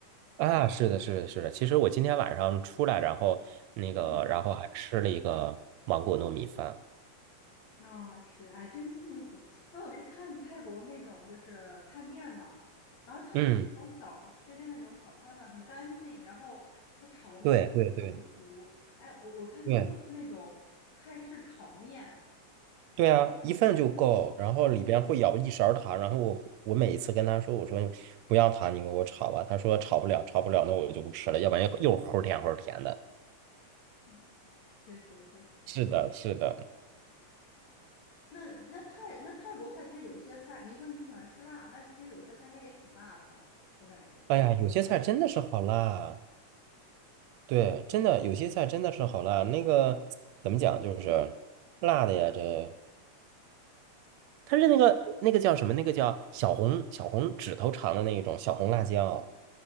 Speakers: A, on the right (about 80°); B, on the left (about 70°).
A: 啊，是的，是的，是的。其实我今天晚上出来，然后那个，
B: 嗯。
A: 然后还吃了一个芒果糯米饭。
B: 啊、是，哎，真幸福！我有时看泰国那种就是探店嘛，然后他们那种小街边的那种小摊贩很干净，
A: 嗯，
B: 然后他炒的那个锅气都很足。
A: 对对对
B: 哎，我我看他有吃那种泰式炒面，
A: 对对啊，一份就够，然后里边会舀一勺糖，然后我我每一次跟他说，我说不要糖，你给我炒吧。他说炒不了，炒不了，那我就不吃了，要不然又齁甜齁甜的。
B: 嗯，确实确实。
A: 是的，是的。
B: 那那泰那泰国菜其实有些菜，您说你不喜欢吃辣，但其实有些菜应该也挺辣的吧？我感觉，
A: 哎呀，有些菜真的是好辣，对，真的有些菜真的是好辣。那个怎么讲，就是辣的呀，这。它是那个那个叫什么？那个叫小红小红指头长的那一种小红辣椒